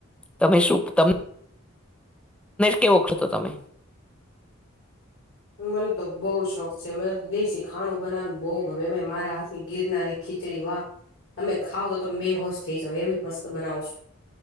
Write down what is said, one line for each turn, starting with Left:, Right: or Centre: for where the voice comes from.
Centre: તમે શું તમ કેવો <unintelligible> તો તમે
Left: મને તો બઉ શોખ છે મને તો દેશી ખાણું બનાવાનું બહુ ગમે ઈમાય મારા હાથની ગિરનારી. ખીચડી. વાહ, તમે ખાવ તો તમે બેહોશ થઈ જાવ એવી મસ્ત બનાવુ છું.